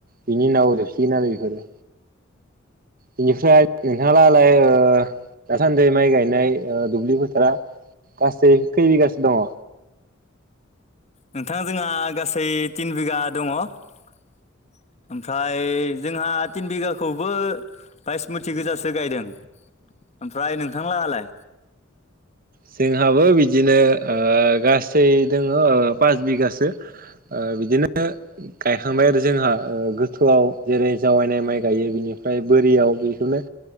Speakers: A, on the right (about 45°); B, on the left (about 35°).
A: बिनि उनाव जोबसिगोन आरो बेफोरो बिनिफ्राय नोंथाला लाय ओ दासान्दि माइ गायनाय ओ दुब्लि बोथोरा गासै खै बिगाासो दङ?
B: नोंथां जोंहा गासै तिन बिगा दङ। ओमफ्राय जोंहा तिन बिगाखौबो बायसमुथि गोजासो गायदों ओमफ्राय नोंथांलाहालाय?
A: जोंहाबो बिदिनो गासै ओ दङ पास बिगासो। ओ बिदिनो गायखांबाय आरो जोंहा गोथौआव जेरै जावायनाय माइ गायो बिनिफ्राय बोरियाव बेखौनो